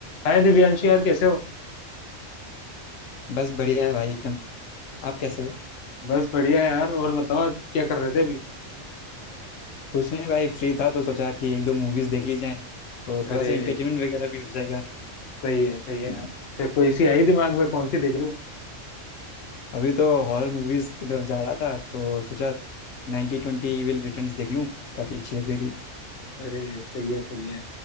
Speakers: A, on the left (about 60°); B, on the left (about 80°).
A: हाय दिव्यांशी यार कैसे हो
B: बस बढ़िया है भाई एकदम आप कैसे हो
A: बस बढ़िया यार और बताओ आज क्या कर रहे थे अभी
B: कुछ नहीं भाई फ्री था तो सोचा कि एक दो मूवीज देख ली जाए तो
A: अरे
B: थोड़ा सा इंटरटेनमेंट वगैरह भी हो जाएगा
A: सही है सही है यार फिर कोई सी आई दिमाग में कौन सी देख रहे हो
B: अभी तो हॉरर मूवीज की तरफ जा रहा था तो सोचा 90 ट्वेंटी इविल रिटर्न्स देख लूँ काफ़ी अच्छी लग रही थी
A: अरे सही है सही है